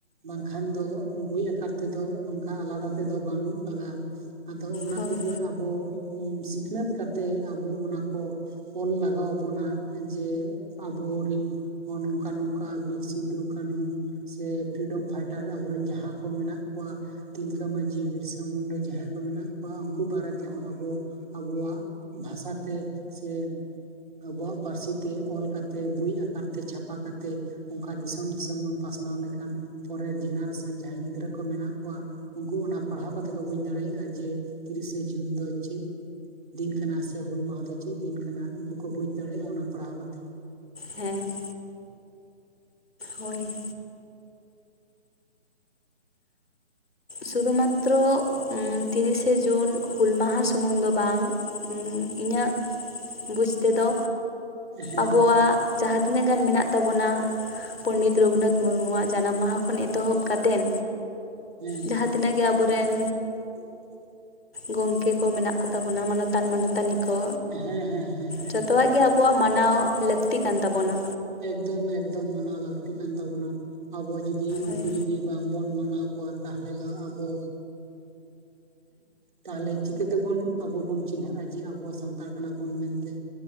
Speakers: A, on the right (about 45°); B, on the left (about 55°).
A: ᱵᱟᱝᱠᱷᱟᱱ ᱫᱚ ᱵᱳᱭ ᱟᱠᱟᱨ ᱛᱮᱫᱚ ᱚᱱᱠᱟ ᱟᱞᱟᱫᱟ ᱛᱮᱫᱚ ᱵᱟᱹᱱᱩᱜ ᱟᱠᱟᱫᱟ᱾ ᱟᱫᱚ ᱚᱱᱟ
B: ᱦᱳᱭ
A: ᱠᱚᱜᱮ ᱟᱵᱚ ᱥᱤᱠᱷᱱᱟᱹᱛ ᱠᱟᱛᱮᱫ ᱟᱵᱚ ᱚᱱᱟ ᱠᱚ ᱚᱞ ᱞᱟᱜᱟᱣ ᱟᱵᱚᱱᱟ ᱡᱮ ᱟᱵᱚᱨᱤᱱ ᱦᱚᱸ ᱱᱚᱝᱠᱟ ᱱᱚᱝᱠᱟ ᱵᱤᱨ ᱥᱤᱫᱩ ᱠᱟᱹᱱᱦᱩ ᱥᱮ ᱯᱷᱨᱤᱰᱚᱢ ᱯᱷᱟᱭᱴᱟᱨ ᱟᱵᱚᱨᱮᱱ ᱡᱟᱦᱟᱸᱭ ᱠᱚ ᱢᱮᱱᱟᱜ ᱠᱚᱣᱟ ᱛᱤᱞᱠᱟᱹ ᱢᱟᱹᱡᱷᱤ, ᱵᱤᱨᱥᱟ ᱢᱩᱱᱟᱹ ᱡᱟᱦᱟᱸᱭ ᱠᱚ ᱢᱮᱱᱟᱜ ᱠᱚᱣᱟ ᱩᱱᱠᱩ ᱵᱟᱨᱮ ᱛᱮᱦᱚᱸ ᱟᱵᱚ ᱟᱵᱚᱣᱟᱜ ᱵᱷᱟᱥᱟᱛᱮ ᱥᱮ ᱟᱵᱚᱣᱟᱜ ᱯᱟᱹᱨᱥᱤ ᱛᱮ ᱚᱞ ᱠᱟᱛᱮ ᱵᱳᱭ ᱟᱠᱟᱨ ᱛᱮ ᱪᱷᱟᱯᱟ ᱠᱟᱛᱮᱫ ᱚᱱᱠᱟ ᱫᱤᱥᱚᱢ ᱫᱤᱥᱚᱢ ᱵᱚᱱ ᱯᱟᱥᱱᱟᱣ ᱞᱮᱠᱷᱟᱱ ᱯᱚᱨᱮ ᱡᱮᱱᱟᱨᱮᱥᱚᱱ ᱡᱟᱦᱟᱸᱭ ᱜᱤᱫᱽᱨᱟᱹ ᱠᱚ ᱢᱮᱱᱟᱜ ᱠᱚᱣᱟ ᱩᱱᱠᱩ ᱚᱱᱟ ᱯᱟᱲᱦᱟᱣ ᱠᱟᱛᱮ ᱠᱚ ᱵᱩᱡᱽ ᱫᱟᱲᱮᱭᱟᱜᱼᱟ ᱡᱮ ᱛᱤᱨᱤᱥᱮ ᱡᱩᱱ ᱫᱚ ᱪᱮᱫ ᱫᱤᱱ ᱠᱟᱱᱟ ᱥᱮ ᱦᱩᱞ ᱢᱟᱦᱟ ᱫᱚ ᱪᱮᱫ ᱫᱤᱱ ᱠᱟᱱᱟ ᱩᱱᱠᱩ ᱠᱚ ᱵᱩᱡᱽ ᱫᱟᱲᱮᱭᱟᱜᱼᱟ ᱚᱱᱟ ᱯᱟᱲᱦᱟᱣ ᱠᱟ ᱠᱟᱛᱮᱫ᱾
B: ᱦᱮᱸ᱾ ᱦᱳᱭ᱾ ᱥᱩᱫᱩᱢᱟᱛᱨᱚ ᱛᱤᱨᱤᱥᱮ ᱡᱩᱱ ᱦᱩᱞ ᱢᱟᱦᱟ ᱥᱩᱢᱩᱝ ᱫᱚ ᱵᱟᱝ ᱤᱧᱟᱹᱜ ᱵᱩᱡᱽ ᱛᱮᱫᱚ
A: ᱦᱮᱸ
B: ᱟᱵᱚᱣᱟᱜ ᱡᱟᱦᱟᱸ ᱛᱤᱱᱟᱹᱜ ᱜᱟᱱ ᱢᱮᱱᱟᱜ ᱛᱟᱵᱚᱱᱟ᱾ ᱯᱚᱱᱰᱤᱛ ᱨᱚᱜᱷᱩᱱᱟᱛᱷ ᱢᱩᱨᱢᱩᱣᱟᱜ ᱡᱟᱱᱟᱢ ᱢᱟᱦᱟ ᱠᱷᱚᱱ ᱮᱛᱚᱦᱚᱵ ᱠᱟᱛᱮᱱ
A: ᱦᱮᱸ
B: ᱡᱟᱦᱟᱸ ᱛᱤᱱᱟᱹᱜ ᱜᱮ ᱟᱵᱚᱨᱮᱱ
A: <unintelligible>
B: ᱜᱚᱝᱠᱮ ᱠᱚ ᱢᱮᱱᱟᱜ ᱠᱚᱛᱟ ᱵᱚᱱᱟ ᱢᱟᱱᱚᱛᱟᱱ ᱢᱟᱱᱚᱛᱟᱱᱤ ᱠᱚ
A: ᱦᱮᱸ ᱦᱮᱸ ᱦᱮᱸ ᱦᱮᱸ
B: ᱡᱚᱛᱚᱣᱟᱜ ᱜᱮ ᱟᱵᱚ ᱟᱩᱣᱟᱜ ᱢᱟᱱᱟᱣ ᱞᱟᱹᱠᱛᱤ ᱠᱟᱱ ᱛᱟᱵᱚᱱᱟ᱾
A: ᱮᱠᱫᱚᱢ ᱮᱠᱫᱚᱢ ᱢᱟᱱᱟᱣ ᱞᱟᱹᱠᱛᱤ ᱠᱟᱱ ᱛᱟᱵᱚᱱᱟ ᱟᱵᱚ ᱡᱩᱫᱤ ᱩᱱᱠᱩ
B: ᱦᱳᱭ
A: ᱡᱩᱫᱤ ᱵᱟᱝ ᱵᱚᱱ ᱢᱟᱱᱟᱣ ᱠᱚᱣᱟ ᱛᱟᱦᱚᱞᱮ ᱫᱚ ᱟᱵᱚ ᱛᱟᱦᱚᱞᱮ ᱪᱤᱠᱟᱹ ᱛᱮᱵᱚᱱ ᱟᱵᱚ ᱵᱚᱱ ᱪᱤᱱᱦᱟᱹᱜᱼᱟ ᱡᱮ ᱟᱵᱚ ᱥᱟᱱᱛᱟᱲ ᱠᱟᱱᱟ ᱵᱚᱱ ᱢᱮᱱᱛᱮ᱾